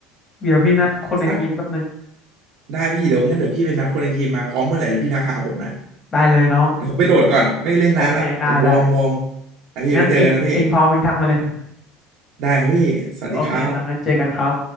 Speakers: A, on the left (about 30°); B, on the right (about 65°).
A: เดี๋ยวพี่นัดคนในทีมแป๊บนึง
B: สักได้พี่เดี๋ยวงั้นเดี๋ยวพี่ไปนัดคนในทีมมาพร้อมเมื่อไหร่เดี๋ยวพี่ทักหาผมนะ
A: ได้เลยน้อง
B: เดี๋ยวผมไปโหลดก่อนไม่ได้เล่นนานละเดี๋ยววอร์มวอร์ม
A: โอเคได้ได้
B: ไอพี่ไปเจอกันนะพี่
A: งั้นเองเองพร้อมเองทักมาเลย
B: ได้ครับพี่สวัสดีครับ
A: โอเคนะงั้นเจอกันครับ